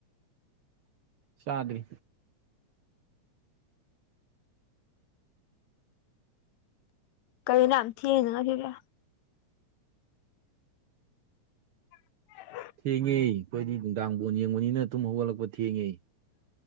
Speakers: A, on the right (about 65°); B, on the left (about 75°).
A: ꯆꯥꯗ꯭ꯔꯤ
B: ꯀꯩꯒꯤꯅꯣ ꯌꯥꯝ ꯊꯦꯉꯤꯗꯨꯅ ꯅꯣꯏꯕꯣ <inaudible>
A: ꯊꯦꯡꯉꯦ ꯑꯩꯈꯣꯏꯗꯤ ꯅꯨꯡꯗꯥꯡꯕꯣꯟ ꯌꯦꯡꯕꯅꯤꯅ ꯑꯗꯨꯝ ꯍꯧꯒꯠꯂꯛꯄ ꯊꯦꯡꯉꯦ